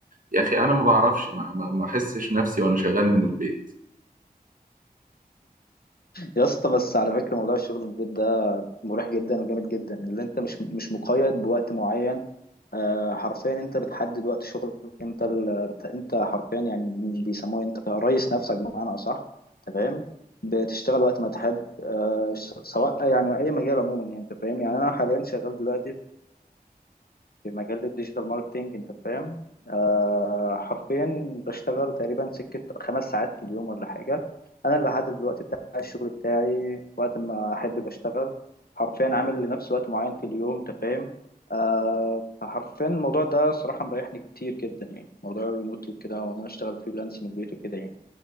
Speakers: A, on the right (about 60°); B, on the left (about 70°).
A: يا اخي انا ما بعرفش ما ما ما احسش نفسي وانا شغال من البيت
B: يا اسطى بس على فكره موضوع الشغل من البيت ده مريح جدا وجامد جدا اللي انت مش مش مقيد بوقت معين آه حرفيا انت بتحدد وقت شغلك انت ال... انت حرفيا يعني بيسموه انت رئيس نفسك بمعنى اصح انت فاهم بتشتغل وقت ما تحب آه س- سواء يعني اي مجال عموما يعني انت فاهم يعني انا حاليا شغال دلوقتي في مجال الديجيتال ماركتينج انت فاهم آه حرفيا بشتغل تقريبا سكة خمس ساعات في اليوم ولا حاجة انا اللي بحدد الوقت بتاع الشغل بتاعي وقت ما احب بشتغل حرفيا عامل لنفسي وقت معين في اليوم انت فاهم آه فحرفيا الموضوع ده صراحة مريحني كتير جدا يعني موضوع الريموتلي وكده وانا بشتغل فريلانس من البيت وكده يعني